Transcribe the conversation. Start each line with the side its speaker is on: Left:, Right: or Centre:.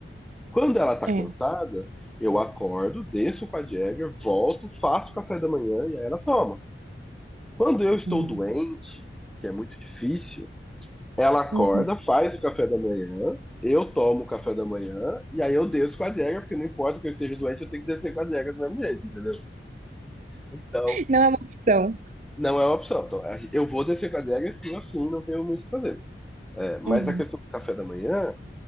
Centre: Quando ela tá
Right: É.
Centre: cansada, eu acordo, desço com a Jagger, volto, faço o café da manhã e aí ela toma. Quando eu estou
Right: Hum,
Centre: doente, que é muito difícil, ela acorda,
Right: Uhum.
Centre: faz o café da manhã, eu tomo o café da manhã e aí eu desço com a Jagger, porque não importa que eu esteja doente, eu tenho que descer com a Jagger do mesmo jeito, entendeu? Então,
Right: Não é uma opção.
Centre: Não é uma opção. Então, a- eu vou descer com a Jagger assim assim, não tenho muito o que fazer. É, mas
Right: Uhum,
Centre: a questão do café da manhã